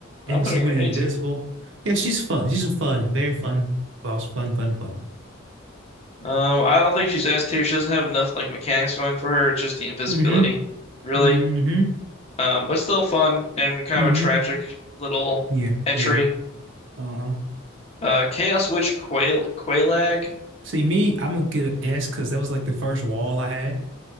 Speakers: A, on the right; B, on the left.
A: And
B: I'm putting
A: she went
B: her in
A: invisible.
B: A tier.
A: Yeah, she's fun. She's a fun, very fun boss. Fun, fun, fun.
B: Um, I don't think she's S tier. She doesn't have enough like mechanics going for her. It's just the invisibility,
A: Mm-hmm.
B: really.
A: Mm-hmm.
B: Um, but still fun and kind
A: Mm-hmm.
B: of a tragic little
A: Yeah.
B: entry.
A: Yeah. Uh-huh.
B: Uh, Chaos Witch Quail Quailag.
A: See, me, I'm gonna get an S because that was like the first wall I had. <laughs>